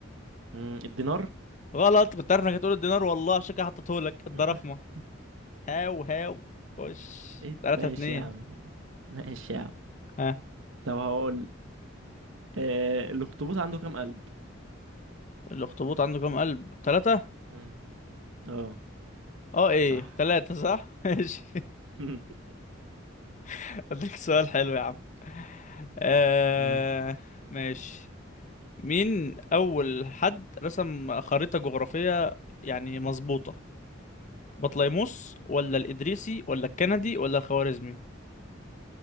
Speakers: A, on the right (about 85°); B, on the left (about 40°).
A: مم، الدينار
B: غلط كنت عارف انك هتقول الدينار والله عشان كده حطيتهولك الدراخمة
A: <laughs>
B: هاو هاو خش
A: ايه ده؟
B: تلاتة
A: ماشي
B: اتنين
A: يا عم ماشي يا عم
B: ها
A: طب هقول آه الاخطبوط عنده كام قلب
B: الأخطبوط عنده كام قلب تلاتة
A: مم. اه
B: اه ايه
A: صح
B: تلاتة صح ماشي
A: <laughs>
B: <laughs> أديك سؤال حلو يا عم آه...
A: مم.
B: ماشي مين أول حد رسم خريطة جغرافية يعني مظبوطة بطليموس ولا الإدريسي ولا الكندي ولا الخوارزمي